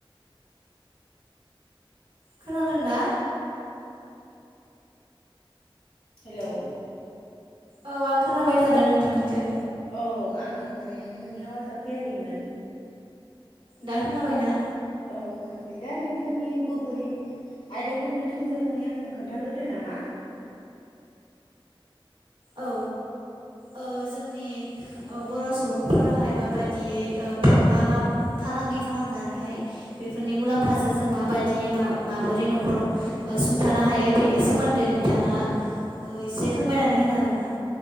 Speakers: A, on the right; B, on the left.
A: खोनादों ना?
B: हेलौ
A: औ आं खोनाबाय थादों नोंथांनिखो।
B: औ आंनियाव माने नोंथांनि आवाजा फैयाखैमोन।
A: दा खोनाबायना?
B: ओ खोनाबाय दा नोंथांनि गुबै आयदाखौनो थोंजोङै आंनो खोन्थाग्रोदो नामा?
A: औ ओ जोंनि ओ बर' सुबुंफोराहाय माबायदियै ओ मा मा फालांगि खालामनानैहाय बेफोरनि मुलाम्फाजों जों माबायदि मा-माबोरै न'खर ओ सुंथानो हायो बेनि सोमोन्दै नोंथाङा ओ इसे फोरमायनानै होनो हागोन ना?